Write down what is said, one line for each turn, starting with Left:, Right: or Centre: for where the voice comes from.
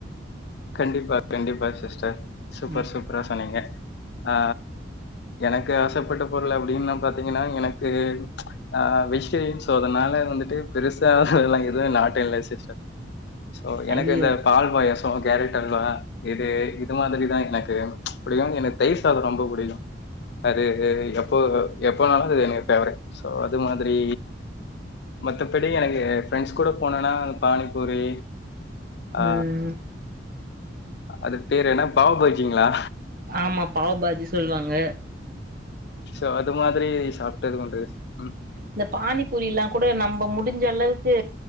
Left: கண்டிப்பா கண்டிப்பா சிஸ்டர் சூப்பர்
Right: ம்
Left: சூப்ரா சொன்னீங்க ஆ எனக்கு ஆசைப்பட்ட பொருள் அப்டின்னா பாத்தீங்கனா எனக்கு ஆ வெஜிடேரியன் சோ அதனாலே வந்துட்டு பெருசா எல்லா எதுவு நாட்ட இல்ல சிஸ்டர் சோ எனக்கு
Right: ஐயோ
Left: இந்த பால் பாயசோ கேரட் அல்வா இது இது மாதிரிதா எனக்கு புடிக்கு எனக் தயிர் சாதோ ரொம்ப புடிக்கு அது எப்போ எப்பனாலு சரி எனக் ஃபேவரட் சோ அது மாதிரி மத்தபடி எனக்கு ஃப்ரெண்ட்ஸ் கூட போனோன்னா பானிபூரி ஆ
Right: ம்
Left: அது பேரு என்ன பாவ் பஜிங்களா
Right: ஆமா பாவ் பாஜி சொல்வாங்க
Left: சோ அது மாதிரி சாப்ட்டது உண்டு ம்
Right: இந்த பானிபூரிலா கூட நம்ப முடிஞ்ச அளவுக்கு